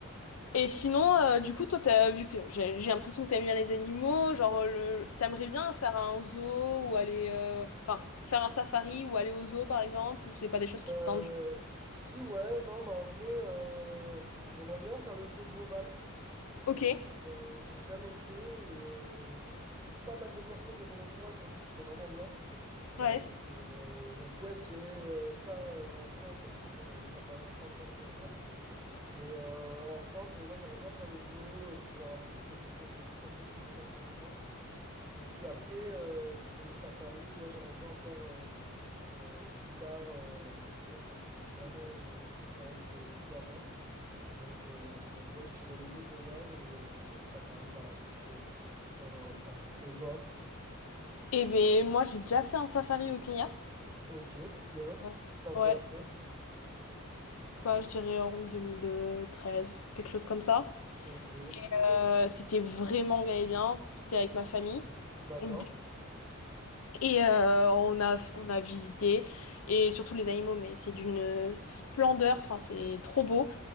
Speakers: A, on the left; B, on the right.
A: et sinon, euh, du coup, toi, t'as, vu que t'es- j'ai j'ai l'impression que t'aimes bien les animaux, genre, euh, le, t'aimerais bien faire un zoo ou aller, euh, enfin, faire un safari ou aller au zoo par exemple, ou c'est pas des choses qui
B: Euh,
A: te tentent. du-
B: si ouais, non, mais en vrai, euh, j'aimerais bien faire le zoo de Beauval.
A: Ok,
B: Euh, euh, j'ai jamais fait. et, euh, pas mal de personnes de mon entourage m'ont dit que c'était vraiment bien. Euh,
A: ouais.
B: euh, donc ouais, je dirais euh, ça euh, en France, parce que bon, les safaris en France, je pense qu'il n'y en a pas beaucoup. Mais euh, en France, ouais, j'aimerais bien faire le zoo euh, pour voir un peu toutes les espèces et tout. Je pense que ça peut être vraiment intéressant. Et puis après, euh, pour le safari, ouais, j'aimerais bien en faire euh, euh, plus tard. Euh, je pense que ça doit être vraiment une expérience euh, cool à voir. Donc, euh, donc ouais, je dirais le zoo de Beauval et, euh, et le safari par la suite, euh, quand j'aurai le temps. Et toi?
A: Et ben moi, j'ai déjà fait un safari au Kenya.
B: Ok, trop bien.
A: Euh,
B: T'es en
A: ouais,
B: quelle année?
A: Bah, je dirais en 2013, quelque chose comme ça.
B: Ok.
A: Euh, c'était vraiment gay et bien, c'était avec ma famille.
B: D'accord.
A: On- Et euh, on a, on a visité, et surtout les animaux, mais c'est d'une splendeur, enfin c'est trop beau.